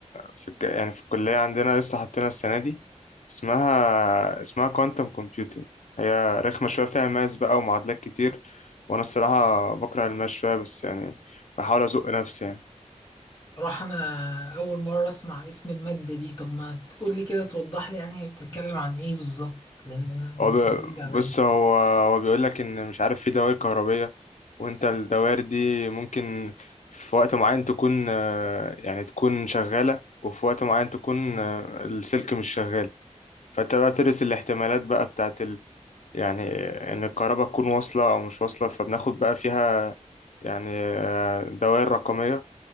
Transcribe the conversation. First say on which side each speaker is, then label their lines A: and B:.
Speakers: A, on the left; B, on the left.
A: في الج- يعني في الكليه عندنا لسه حاطينها السنه دي اسمها اسمها كوانتم كومبيوتنج هي رخمه شويه فيها ماس بقى ومعادلات كتير وانا الصراحه بكره الماس شويه بس يعني بحاول ازق نفسي يعني
B: صراحة انا اول مرة اسمع اسم المادة دي طب ما تقولي كده توضح لي يعني هي بتتكلم عن ايه بالظبط لان انا الموضوع
A: هو بي-
B: جديد عليا
A: بص هو هو بيقول لك ان مش عارف في دوائر كهربية وانت الدوائر دي ممكن في وقت معين تكون آه، يعني تكون شغالة وفي وقت معين تكون آه، السلك مش شغال فانت بقى بتدرس الاحتمالات بقى بتاعت ال... يعني آه، ان الكهرباء تكون واصلة او مش واصلة فبناخد بقى فيها يعني آه، دوائر رقمية